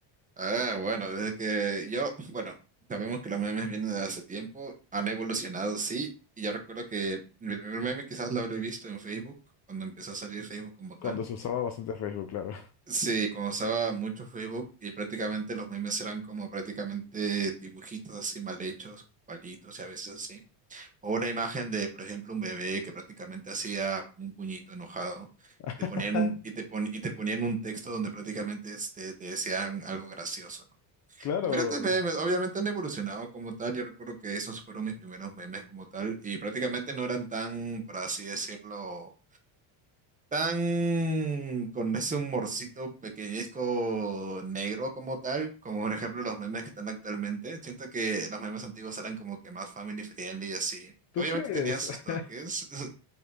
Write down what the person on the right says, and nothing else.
Ah, bueno, desde que yo, <laughs> bueno, sabemos que los memes vienen de hace tiempo, han evolucionado, sí, y yo recuerdo que mi primer meme quizás lo habré visto en Facebook, cuando empezó a salir Facebook como tal.
Sí, cuando usaba mucho Facebook y prácticamente los memes eran como prácticamente dibujitos así mal hechos, con palitos y a veces así. O una imagen de, por ejemplo, un bebé que prácticamente hacía como un puñito enojado
y te ponían un, y te pon- y te ponían un texto donde prácticamente este, te decían algo gracioso, ¿no?
Diferentes memes, obviamente han evolucionado como tal. Yo recuerdo que esos fueron mis primeros memes como tal y prácticamente no eran tan, por así decirlo, tan con ese humorcito pequeñezco negro como tal, como por ejemplo los memes que están actualmente. Siento que los memes antiguos eran como que más family friendly y así.
Obviamente
tenían sus toques,
<laughs>